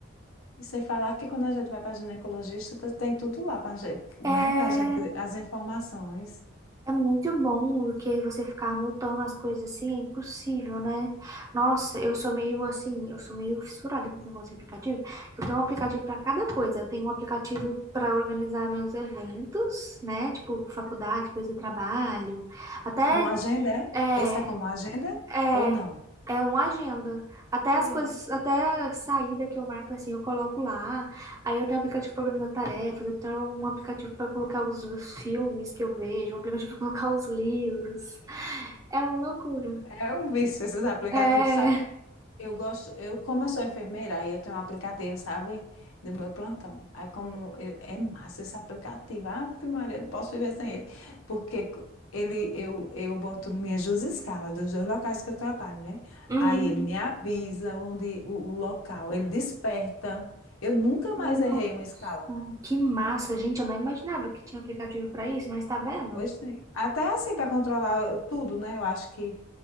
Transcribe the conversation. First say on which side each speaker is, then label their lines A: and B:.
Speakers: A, on the left; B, on the right.
A: E sem falar que quando a gente vai para ginecologista, tu tem tudo lá para, né,
B: É,
A: para gente, as informações.
B: é muito bom do que você ficar anotando as coisas assim, é impossível, né? Nossa, eu sou meio assim, eu sou meio fissurada com esse negócio de aplicativo. Eu tenho um aplicativo para cada coisa. Eu tenho um aplicativo para organizar meus eventos, né? Tipo, faculdade, coisa de trabalho, até.
A: Como agenda, é?
B: É,
A: Esse é como agenda
B: É,
A: ou não?
B: é uma agenda. Até as
A: E é.
B: coisas, até a saída que eu marco assim, eu coloco lá. Aí eu tenho um aplicativo para organizar tarefas, eu tenho um aplicativo para colocar os, os filmes que eu vejo, um aplicativo <laughs> para colocar os livros. É uma loucura.
A: É um vício esses aplicativos,
B: É.
A: sabe? Eu gosto, eu, como eu sou enfermeira, aí eu tenho um aplicativo, sabe? Do meu plantão. Aí como eu- é massa esse aplicativo. ah Maria, eu não posso viver sem ele. Porque co- ele, eu, eu boto minhas duas escalas dos dois locais que eu trabalho, né?
B: Hum.
A: Aí ele me avisa onde o, o local, ele desperta. Eu nunca
B: Nossa,
A: mais errei uma escala.
B: que massa, gente. Eu não imaginava que tinha aplicativo para isso, mas tá vendo?
A: Hoje tem. Até assim, para controlar tudo, né? Eu acho que